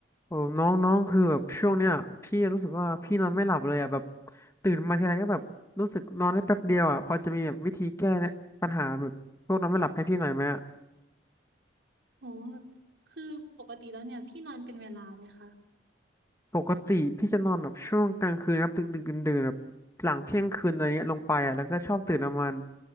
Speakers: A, on the left (about 15°); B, on the right (about 70°).
A: โอ้น้องน้องคือแบบช่วงเนี้ยพี่รู้สึกว่าพี่นอนไม่หลับเลยอ่ะแบบตื่นมาทีไรก็แบบรู้สึกนอนได้แป๊บเดียวอ่ะพอจะมีแบบวิธีแก้เนี่ยปัญหาแบบพวกนอนไม่หลับให้พี่หน่อยไหมอะ
B: โหคือปกติแล้วเนี่ยพี่นอนเป็นเวลาไหมคะ
A: ปกติพี่จะนอนแบบช่วงกลางคืนครับดึกดึกดื่นดื่นแบบหลังเที่ยงคืนอะไรเงี้ยลงไปอ่ะแล้วก็ชอบตื่นประมาณ